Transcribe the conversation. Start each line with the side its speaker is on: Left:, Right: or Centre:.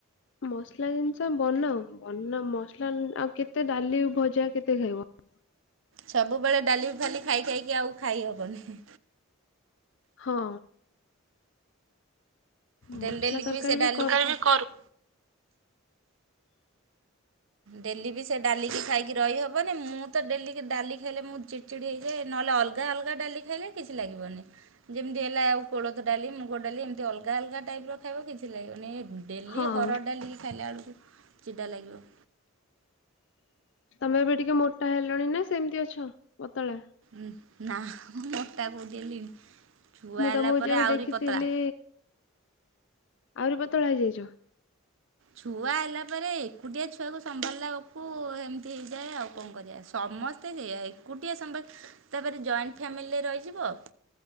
Left: ମସଲା ଜିନିଷ ବନାଉ ବନା ମସାଲା ଆଉ କେତେ ଡାଲି ଭଜା କେତେ ଖାଇବ। <inaudible>
Right: ସବୁବେଳେ ଡାଲି ଫାଲି ଖାଇ ଖାଇକି ଆଉ ଖାଇହବନି।
Left: ହଁ। ମସଲା
Right: ଡେଲି ଡେଲିକି
Left: ତରକାରୀ
Right: ସେଡାଲି
Left: ବି
Right: ତୁଖାଲି କରୁ ଡେଲିବି ସେଡାଲିକି ଖାଇକି ରହିହବନି ମୁଁତ ଡେଲି ଡାଲି ଖାଇଲେ ମୁ ଚି ଚିଡ଼ି ଚିଡ଼ି ହେଇଯାଏ ନହେଲେ ଅଲଗା ଅଲଗା ଡାଲି ଖାଇଲେ କିଛି ଲାଗିବନି। ଯେମିତି ହେଲା ଆଉ କୋଳଥ ଡାଲି ମୁଗ ଡାଲି ଏମିତି ଅଲଗା ଅଲଗା ଟାଇପର ଖାଇବ କିଛି ଲାଗିବନି ଏ ଡେଲି
Left: ହଁ
Right: ହରଡ଼ ଡାଲି ଖାଇଲା ବେଳକୁ ଚିଡା ଲାଗିବ।
Left: ତମେ ଏବେ ଟିକେ ମୋଟା ହେଲଣିନା ସେମିତି ଅଛ ପତଳା?
Right: ଉଁ ନା ମୁଁ ମୋଟା କୋଉଠି ହେଲିଣି ଛୁଆ
Left: ମୁଁ
Right: ହେଲା
Left: ତମକୁ
Right: ପରେ
Left: ଯେବେ
Right: ଆହୁରି
Left: ଦେଖିଥିଲି
Right: ପତଳା।
Left: ଆହୁରି ପତଳା ହେଇଯାଇଚ।
Right: ଛୁଆ ହେଲା ପରେ ଏକୁଟିଆ ଛୁଆକୁ ସମ୍ଭାଳିଲା ବେକୁ ହେମି ହେଇଯାଏ ଆଉ କଁ କରିବା ସମ ତ ହେଇଆ ଏକୁଟିଆ ସମ୍ଭା, ତା ପରେ ଜଏଣ୍ଟ ଫ୍ୟାମିଲୀ ରେ ରହିଯିବ